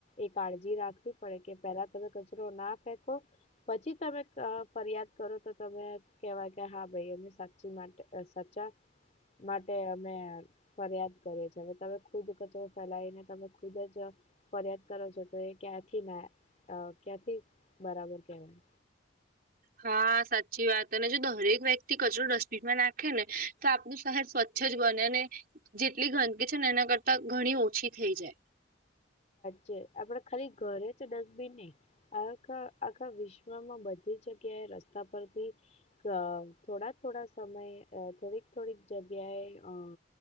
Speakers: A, on the left; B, on the right.
A: એ કાળજી રાખવી પડે કે પહેલા તમે કચરો ના ફેંકો. પછી તમે ફરિયાદ કરો તો તમે કહેવાય કે હા ભાઈ એની સાચી માટે. સચા માટે અમે ફરિયાદ કરીએ છીએ હવે તમે ખુદ કચરો ફેલાવીને, તમે ખુદજ. ફરિયાદ કરો છો તો એ ક્યાંથી ના ક્યાંથી બરાબર કહેવાય.
B: હા સાચી વાત અને જો દરેક વ્યક્તિ કચરો ડસ્ટબિનમાં નાખે ને, તો આપનું શહેર સ્વચ્છ જ બને અને જેટલી ગંદકી છે ને એના કરતા ઘણી ઓછી થઈ જાય.
A: જે આપડે ખાલી ઘરે છે ડસ્ટબિન નહી. હવે આખા વિશ્વમાં બધી જગ્યાએ રસ્તા પરથી, અ થોડાક થોડાક સમયે થોડીક થોડીક જગ્યાએ અ